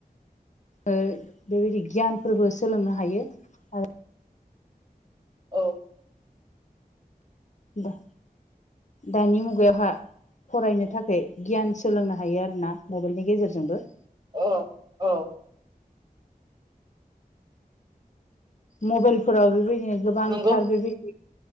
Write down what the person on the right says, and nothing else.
औ
औ औ
नंगौ